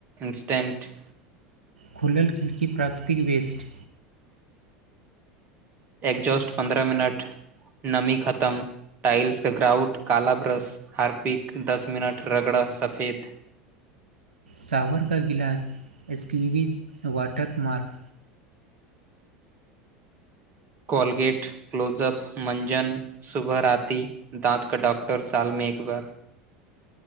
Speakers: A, on the right (about 35°); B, on the right (about 80°).
A: इन्स्टंट
B: खुलल खिड़की प्राकृतिक वेस्ट
A: एगजस्ट पन्द्रह मिनट <inaudible> नमी खतम टाइल्स कऽ ग्राउट काला ब्रश हारपिक दस मिनट रगड़ा सफेद
B: सावरका गिलास squeegee water mark
A: Colgate Closeup मंजन सुबह राति दाँत कऽ डँक्टर साल में एक बार